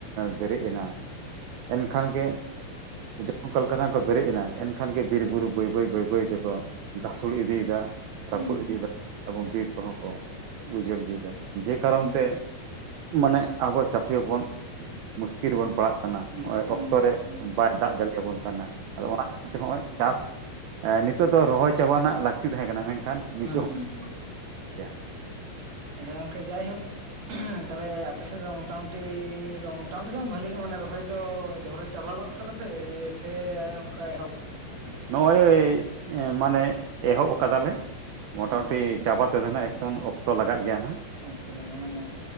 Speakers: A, on the right (about 90°); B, on the right (about 55°).
A: ᱵᱮᱨᱮᱫ ᱮᱱᱟ ᱮᱱᱠᱷᱟᱱ ᱜᱮ ᱡᱚᱠᱷᱚᱱ ᱠᱚᱞ ᱠᱟᱨᱠᱷᱟᱱᱟ ᱠᱚ ᱵᱮᱨᱮᱫ ᱮᱱᱟ ᱮᱱᱠᱷᱟᱱ ᱜᱮ ᱵᱤᱨ ᱵᱩᱨᱩ ᱵᱟᱹᱭ ᱵᱟᱹᱭ ᱵᱟᱹᱭ ᱵᱟᱹᱭ ᱛᱮᱠᱚ ᱫᱟᱹᱥᱩᱲ ᱤᱫᱤᱭᱮᱫᱟ
B: ᱦᱩᱸ
A: ᱨᱟᱹᱯᱩᱫ
B: ᱦᱩᱸ
A: ᱤᱫᱤᱭᱮᱫᱟ ᱮᱵᱚᱝ ᱵᱤᱨ ᱠᱚᱦᱚᱸ ᱠᱚ ᱩᱡᱟᱹᱲ ᱤᱫᱤᱭᱮᱫᱟ ᱡᱮ ᱠᱟᱨᱚᱱ
B: ᱦᱩᱸ
A: ᱛᱮ ᱢᱟᱱᱮ ᱟᱵᱚ ᱪᱟᱹᱥᱤ ᱦᱚᱸᱯᱚᱱ ᱢᱩᱥᱠᱤᱞ ᱨᱮᱵᱚᱱ ᱯᱟᱲᱟᱜ ᱠᱟᱱᱟᱜᱼᱚᱭ
B: ᱢᱩᱥᱠᱤᱞ ᱨᱮᱢ
A: ᱚᱠᱛᱚ
B: ᱯᱟᱲᱟᱜ
A: ᱨᱮ
B: ᱠᱟᱱᱟ
A: ᱵᱟᱭ ᱫᱟᱜ ᱡᱟᱹᱲᱤᱭᱟᱵᱚᱱ ᱠᱟᱱᱟ ᱟᱫᱚ ᱚᱱᱟ ᱠᱷᱟᱹᱛᱤᱨ ᱛᱮ ᱦᱚᱸᱜᱼᱚᱭ ᱪᱟᱥ ᱱᱤᱛᱚᱜ ᱫᱚ ᱨᱚᱦᱚᱭ ᱪᱟᱵᱟ ᱨᱮᱱᱟᱜ ᱞᱟᱹᱠᱛᱤ ᱛᱟᱦᱮᱸ ᱠᱟᱱᱟ ᱢᱮᱱᱠᱷᱟᱱ ᱱᱤᱛᱚᱜ
B: ᱦᱮᱸ ᱦᱮᱸ
A: ᱦᱚᱸ
B: ᱦᱮᱸ
A: ᱜᱮᱭᱟ
B: ᱟᱪᱪᱷᱟ ᱜᱚᱢᱠᱮ ᱡᱟᱭᱦᱳᱠ ᱩᱜ ᱛᱟᱦᱚᱞᱮ ᱟᱯᱮᱥᱮᱫ ᱫᱚ ᱢᱚᱴᱟᱢᱩᱴᱤ ᱢᱚᱴᱟᱢᱩᱴᱤ ᱫᱚ ᱵᱷᱟᱹᱞᱤ ᱜᱮ ᱢᱟᱱᱮ ᱨᱚᱦᱚᱭ ᱫᱚ ᱡᱷᱚᱨᱚ ᱪᱟᱵᱟ ᱜᱚᱫ ᱠᱟᱫᱟᱯᱮ ᱥᱮ ᱚᱱᱠᱟ ᱮᱦᱚᱵ ᱟᱯᱮ
A: ᱱᱚᱜᱼᱚᱭ ᱢᱟᱱᱮ ᱮᱦᱚᱵ ᱟᱠᱟᱫᱟᱞᱮ ᱢᱚᱴᱟᱢᱩᱴᱤ
B: ᱚ ᱟᱪᱪᱷᱟ
A: ᱪᱟᱵᱟ ᱛᱚᱵᱮ ᱱᱟᱦᱟᱜ ᱮᱠᱷᱚᱱ ᱚᱛᱚ ᱞᱟᱜ ᱜᱮᱭᱟ ᱱᱟᱦᱟᱜ
B: ᱚᱠᱛᱚ ᱞᱟᱜᱮ ᱢᱟᱱᱮ